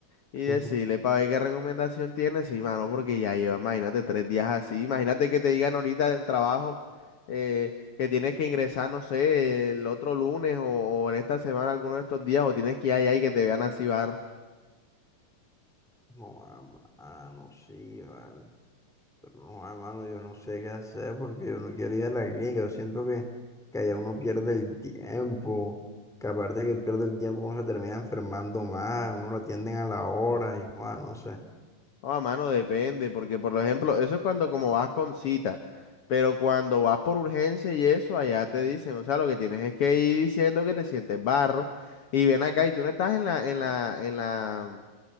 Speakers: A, on the left; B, in the centre.
A: Y
B: <laughs>
A: decirle para ver qué recomendación tienes, sí, mano, porque ya lleva, imagínate, tres días así. Imagínate que te digan ahorita del trabajo eh, que tienes que ingresar, no sé, el otro lunes o, o en esta semana, alguno de estos días, o tienes que ir allá y que te vean así barro.
B: No, ah, ah, no, sí, vale. Pero no, ah, mano, yo no sé qué hacer porque yo no quiero ir a la clínica. Yo siento que, que allá uno pierde el tiempo. Que aparte que pierde el tiempo, uno se termina enfermando más. Uno lo atienden a la hora y, ah, no sé.
A: o a mano, depende, porque por ejemplo, eso es cuando como vas con cita, pero cuando vas por urgencia y eso, allá te dicen, o sea, lo que tienes es que ir diciendo que te sientes barro y ven acá y tú no estás en la, en la, en la